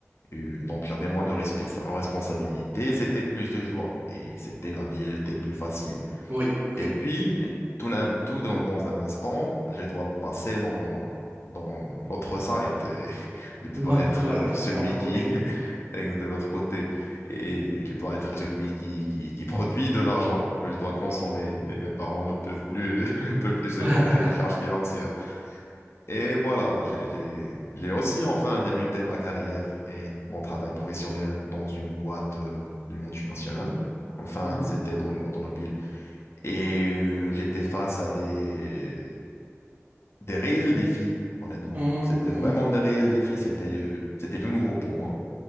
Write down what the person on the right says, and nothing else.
Oui, oui.
Ouais,
ouais,
entre
côté, oui.
<laughs>
Mhm,
mhm,
mhm.